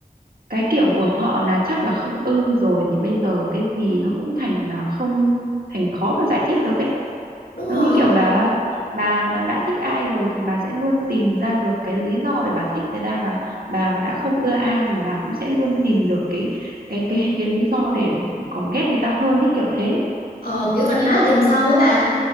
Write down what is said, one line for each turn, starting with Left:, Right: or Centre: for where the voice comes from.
Right: cái kiểu của họ là chắc là không ưng rồi thì bây giờ cái gì nó cũng thành là không thành khó mà giải thích được ấy
Left: đúng
Right: giống
Left: rồi
Right: như kiểu là bà bà đã thích ai rồi thì bà sẽ luôn tìm ra được cái lý do để bà thích người ta và bà mà đã không ưa ai rồi bà cũng sẽ luôn tìm được cái cái cái cái lý do để còn ghét người ta hơn ý kiểu thế
Left: ờ, kiểu vạch
Right: thế
Left: lá
Right: cũng
Left: tìm sâu á bà